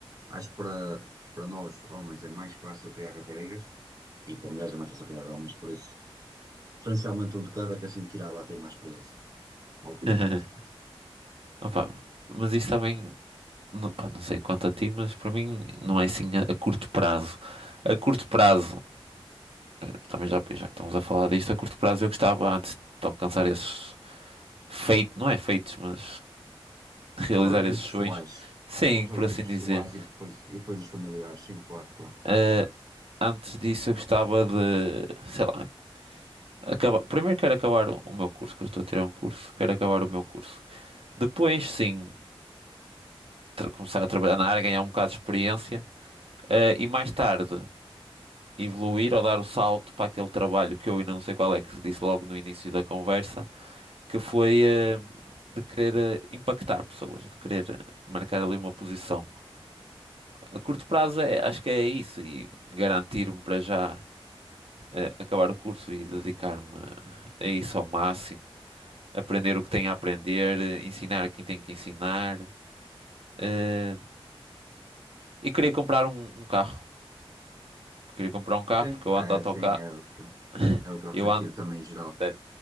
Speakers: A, on the right (about 35°); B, on the right (about 70°).
A: Acho que para, para nós, homens, é mais fácil criar raparigas e para mulheres é mais fácil criar homens, por isso, preferencialmente um de cada, que assim tirava até mais experiência, a opinião,
B: <laughs>
A: neste caso.
B: Opa, mas isso também, não, pá, não sei quanto a ti, mas para mim não é assim a, a curto prazo. A curto prazo, eh, também já, já que estamos a falar disto, a curto prazo eu gostava antes de alcançar esses feitos, não é feitos, mas realizar
A: Os objetivos
B: esses sonhos.
A: pessoais.
B: Sim,
A: Os
B: por
A: objetivos
B: assim dizer.
A: pessoais e depois, e depois os familiares, sim, claro, claro.
B: Eh, antes disso, eu gostava de, sei lá, acabar. Primeiro quero acabar o o meu curso, que eu estou a tirar um curso, quero acabar o meu curso. Depois, sim, tra- começar a trabalhar na área, ganhar um bocado de experiência, eh, e mais tarde evoluir ou dar o salto para aquele trabalho que eu ainda não sei qual é, que disse logo no início da conversa, que foi, eh, de querer eh, impactar pessoas, de querer eh, marcar ali uma posição. A curto prazo é, acho que é isso e garantir-me para já eh, acabar o curso e dedicar-me a isso ao máximo, aprender o que tenho a aprender, eh, ensinar a quem tenho que ensinar eh, e queria comprar um, um carro. Queria comprar um carro
A: Sim,
B: porque eu
A: é,
B: ando de autocarro.
A: sim, é outro,
B: <laughs>
A: é outro objetivo
B: Eu ando,
A: também geral.
B: sério,